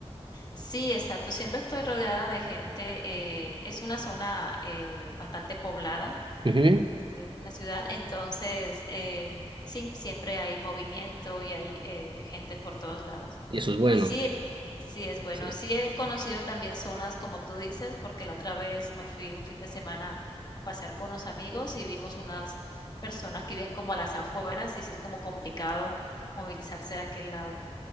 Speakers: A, on the left; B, on the right.
A: Sí, exacto. Siempre estoy rodeada de gente. eh, es una zona eh, bastante poblada,
B: Ujú,
A: Estoy en una ciudad, entonces, eh, sí, siempre hay movimiento y hay eh, gente por todos lados.
B: Y eso es bueno.
A: Y sí, sí es bueno.
B: Sí.
A: Sí he conocido también zonas como tú dices, porque la otra vez me fui un fin de semana a pasear con unos amigos y vimos unas personas que viven como a las afueras y sí es como complicado movilizarse de aquel lado.